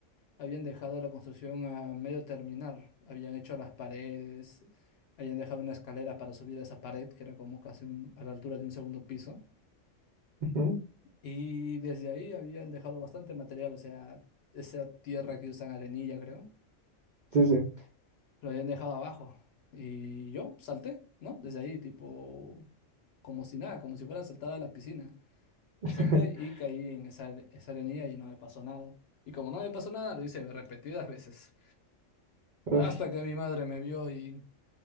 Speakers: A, on the left; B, on the right.
A: habían dejado la construcción a medio terminar. Habían hecho las paredes, habían dejado una escalera para subir a esa pared, que era como casi un- a la altura de un segundo piso.
B: Ujú,
A: Y desde ahí habían dejado bastante material, o sea, esa tierra que usan arenilla, creo,
B: Sí, sí.
A: lo habían dejado abajo. Y yo salté, ¿no? Desde ahí, tipo, como si nada, como si fuera a saltar a la piscina.
B: <laughs>
A: Y salté y caí en esa, esa arenilla y no me pasó nada. Y como no me pasó nada, lo hice repetidas veces. Hasta
B: Uy,
A: que mi madre me vio y,